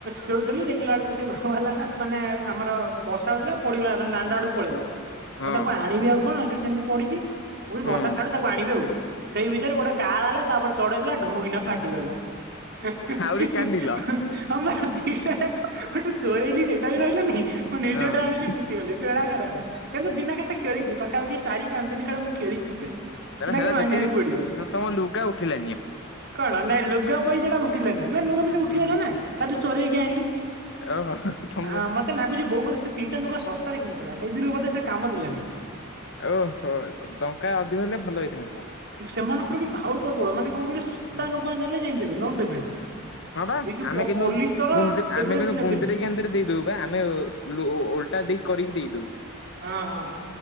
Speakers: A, on the right; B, on the left.
A: ଖେଳୁଥିଲି ଦେଖିଲା ବେଳକୁ ସିଏ କଣ ହେଲା ନା ମାନେ ଆମର ବର୍ଷା ହଉଥିଲା ପଡ଼ିଗଲା ମାନେ ଦାଣ୍ଡ
B: ହଁ
A: ଆଡ଼କୁ ପଳେଇା
B: ହଁ
A: ମୁଁ ତାକୁ ଆଣିବି ଆଉ କଣ ସେ ସେମିତି ପଢିଛି। ମୁଁ କଇଲି
B: ହୁଁ
A: ବର୍ଷା ଛାଡୁ ତାକୁ ଆଣିବି ଆଉ ସେଇ ଭିତରେ ଗୋଟେ କାର ଆଇଲା ତା ଉପରେ ଚଢେଇ ଦେଲା ଢ଼ୋ କିନା ଫାଟିଗଲା ହିଁ
B: ଆହୁରି
A: ହିଁ
B: କାନ୍ଦିଲ
A: ହିଁ ହିଁ <unintelligible> ଇଏ କଣ ଗୋଟେ ଚୋରଇଲି ସେଇଟା ବି ରହିଲାନି। ମୁଁ ନିଜେ
B: ହଁ
A: ଟା ଆଣିଲି ଫୁଟିଗଲି ବେଳା ଖରାପ୍ କିନ୍ତୁ ଦିନା କାତେ ଖେଳିଛି ପାଖା ପାଖି ଚାରି ପାଞ୍ଚ ଦିନ କାଳ ମୁଁ ଖେଳିଛି ସେଥିରେ।
B: ହେଲା
A: ସେଟା
B: ହେଲା
A: କିନ୍ତୁ
B: ଯେତିକି
A: ମାନିବାକୁ ପଡିବ।
B: <unintelligible> ତମ ଲୁଗା ଉଠିଲା
A: କଣ ନାଇଁ ଲୁଗା ପଇସାଟା ଉଠିଲାନି ନା ଲୁଗା ପଇସା ଉଠିଗଲା
B: ଉଁ
A: ନା ତାର ଯୋଉ ଚୋରେଇକି ଆଣିଲି।
B: ଓହୋ ତମେ
A: ହଁ ମତେ ନାଗୁଛି ବୋଉ ବୋଧେ ସେ ତିନିଟା ଲୁଗା ଶସ୍ତାରେ କିଣିଥିଲା ସେଇଥିରୁ ବୋଧେ ସେ କାମ ଦେଲାନି।
B: ଓହୋ ଟଙ୍କା ଅଧିକ ହେଲେ ଭଲ ହେଇଥାନ୍ତା।
A: ଏମାନଙ୍କର ବି ଭାଉ ପ୍ରବଳ ମାନେ କଣ କହିଲେ ସୂତା
B: ହଁ।
A: ଲୁଗା ନେଲେ ଯାଇଁ ଦେବେ ନ ହେଲେ ଦେବେନି।
B: ହଁ ବା
A: ଏଇ ଯୋଉ
B: ଆମେ
A: ପ
B: କିନ୍ତୁ
A: ପଲିଷ୍ଟର
B: ଗୁଁନ୍ଦୁ
A: ଏଗୁଡା
B: ଆମେ କିନ୍ତୁ
A: କିଛି ନେବେନି
B: ଗୁନ୍ଦୁରି ଗାନ୍ଦୁରି ଦେଇଦେଉ ଵା ଆମେ ଓଓଲ ଆଟା ଦେଇ କରିକି ଦେଇଦଉ।
A: ହଁ ହଁ